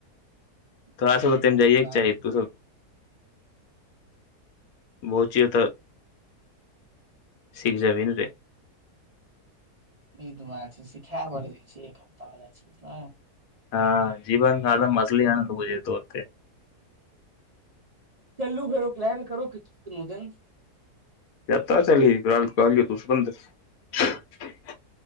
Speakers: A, on the right; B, on the left.
A: हूं
B: तोड़ा सबके तैमे
A: भाय
B: जाइएके
A: बाल
B: चाही तू सब भोचिय तऽ सीख जेबहीं न रे
A: ई तऽ बात छै सिखाय बड़ दै छै एक हफ्ता वला चीज ने
B: हँ जीवन एकदम असली आनन्द बुझैतो ओेते
A: चलू फेरो प्लैन करु कुछ कोनो दिन
B: केता छेलही तोरा तऽ कहलियौ तू स्वतंत्र छै